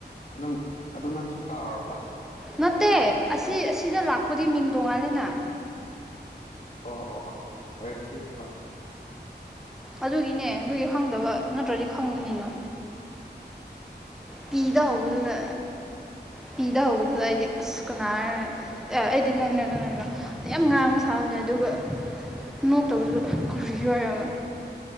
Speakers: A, on the left; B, in the centre.
A: ꯅꯪ ꯑꯗꯨ ꯅꯪꯁꯨ ꯀꯥꯎꯔꯕ
B: ꯅꯠꯇꯦ ꯑꯁꯤ ꯑꯁꯤꯗ ꯂꯥꯛꯄꯗꯤ ꯃꯤꯡ ꯇꯣꯡꯉꯥꯜꯂꯦꯅ
A: ꯑꯣ ꯑꯣ ꯑꯣ ꯑꯏꯝ ꯁꯣꯔꯤ
B: ꯑꯗꯨꯒꯤꯅꯦ ꯑꯗꯨꯒꯤ ꯈꯪꯗꯕ ꯅꯠꯇ꯭ꯔꯗꯤ ꯈꯪꯉꯅꯤꯅ ꯄꯤꯗ ꯍꯧꯕꯗꯨꯅ ꯄꯤꯗ ꯍꯧꯕꯗꯨꯗ ꯑꯩꯗꯤ ꯑꯁ ꯀꯅꯥꯔ ꯑꯦ ꯑꯩꯗꯤ ꯅꯪ ꯋꯥꯗꯣ ꯌꯥꯝ ꯉꯥꯡꯕ ꯁꯥꯕꯅꯦ ꯑꯗꯨꯒ ꯅꯣꯛꯇꯕꯁꯨ ꯀꯨꯏꯔꯕꯁꯨ ꯑꯣꯏꯔꯣꯕ